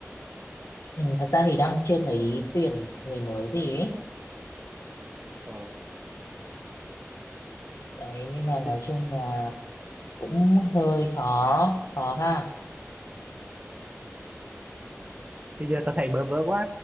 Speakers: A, on the left; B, on the right.
A: Ừ, thật ra thì đang chưa thấy tuyển người mới gì ấy.
B: Ờ,
A: Ừ.
B: ờ.
A: Đấy nên là nói
B: Thì,
A: chung là cũng hơi khó khó ha
B: thì giờ tao thấy bơ vơ quá,